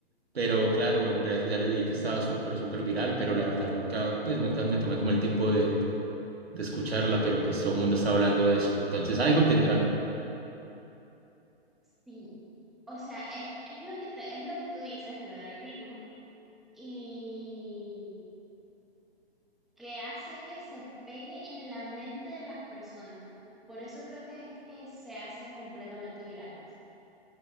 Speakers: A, on the right; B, in the centre.
A: pero claro, en redes sociales leí que estaba súper, súper viral, pero la verdad nunca, pues nunca me tomé como el tiempo de, de escucharla, pero pues todo el mundo está hablando de eso, entonces algo tendrá.
B: Sí, o sea, es, es lo que te, es lo que tú dices, lo del ritmo, y que hace que se pegue en la mente de las personas. Por eso creo que es que se hacen completamente virales.